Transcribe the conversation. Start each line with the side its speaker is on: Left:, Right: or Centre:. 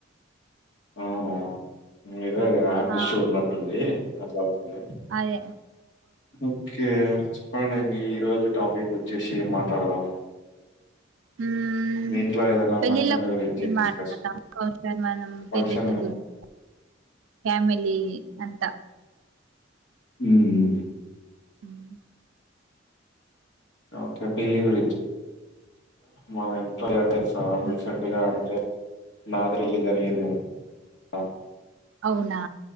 Left: అవునా ఎదో యాప్
Right: ఆ
Left: ఇషు ఉన్నట్టుండి అట్ల అయి హలో
Right: అదే
Left: ఓకే చెప్పండి మీ ఈ రోజు టాపిక్ వచ్చేసి ఏం మాట్లాడదాం
Right: మ్మ్
Left: మీ ఇంట్లో ఏదైనా ఫంక్షన్ల
Right: <unintelligible>
Left: గురించి డిస్కస్ ఫంక్షన్
Right: ఫ్యామిలీ అంతా
Left: మ్మ్
Right: హ్మ్
Left: ఓకే పిల్లి గుడి మన ఎంతో అంటే
Right: ఆ,
Left: రీసెంట్ గా అంటే అదిరిలు జరిగింది ఆ
Right: అవునా